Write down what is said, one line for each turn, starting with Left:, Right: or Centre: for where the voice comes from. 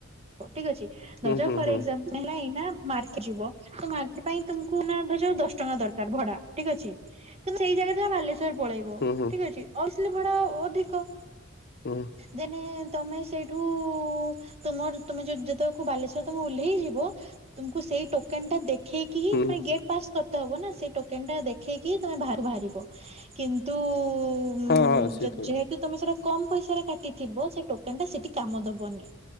Right: ଠିକ୍ ଅଛି <unintelligible>
Left: ହୁଁ ହୁଁ
Right: ଫର
Left: ହୁଁ
Right: ଏଗଜାମ୍ ହେଲା ଏଇନା ମାର୍କେଟ ଯିବ ତ ମାର୍କେଟ ପାଇଁ ତୁମକୁ ନା ଧ ଯାଉ ଦଶ ଟଙ୍କା ଦ ତାର ଭଡା ଠିକ୍ ଅଛି କିନ୍ତୁ ସେଇ ଜାଗାରେ ତମେ ବାଲେଶ୍ଵର ପଳେଇବ
Left: ହୁଁ ହୁଁ
Right: ଠିକ ଅଛି। ଥିଲେ ଭଡା ଅଧିକ।
Left: ହଁ।
Right: ଦେନେ ତମେ ସେଇଠୁ ତମର ତୁମେ ଯେତବେଳ କୁ ବାଲେଶ୍ୱର ତମେ ଓହ୍ଲେଇ ଯିବ ତୁମକୁ ସେ ସେଇ ଟୋକେନ ଟା ଦେଖେଇକି ହି
Left: ହୁଁ
Right: ତା ପରେ ଗେଟ୍ ପାସ୍ କରିତେ ହବ ନା ସେଇ କୋନ୍ ଟା ଦେଖେଇକି ତମେ ବାହାରୁକୁ ବାହାରିବ କିନ୍ତୁ ଉ ଉଁ
Left: ହଁ ହଁ ସେ
Right: ଯେ-ଯେହେତୁ
Left: ତ
Right: ତମେ ସେଟା କମ୍ ପଇସାରେ କାଟିଥିବ ସେ ଟୋକେନ୍ ଟା ସେଠି କାମ ଦବନି